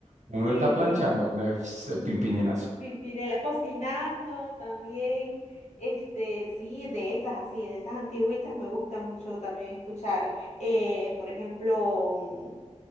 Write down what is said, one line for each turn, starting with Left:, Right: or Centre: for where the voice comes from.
Right: Uno
Left: Sí,
Right: está planchando, una vez pimpinelazo.
Left: Pimpinela cocinando también. Este, sí, de esas así, de esas antigüitas me gusta mucho también escuchar. eh, por ejemplo, mm,